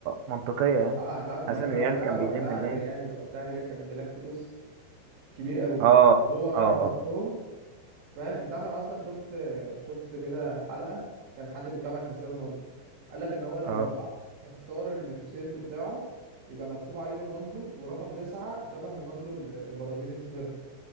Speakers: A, on the right (about 65°); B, on the right (about 85°).
A: منطقية يعني
B: اه انت عارف مثلا
A: حاسس ان الريال
B: وقتها
A: كان
B: وقتها
A: بيلم الناس
B: الريال وقتها الريال كان جالاكتيكوس كبير قوي
A: اه
B: وهو رايح
A: اه
B: وسطهم
A: اه
B: فاهم انت عارف انا اصلا شفت شفت كده حلقة كان حد بيتكلم عن كريستيانو رونالدو قال لك ان هو لما
A: اه
B: راح اختار ان التيشيرت بتاعه يبقى مكتوب عليه رونالدو ورقم تسعة شبه رونالدو ال- البرازيلي الظاهرة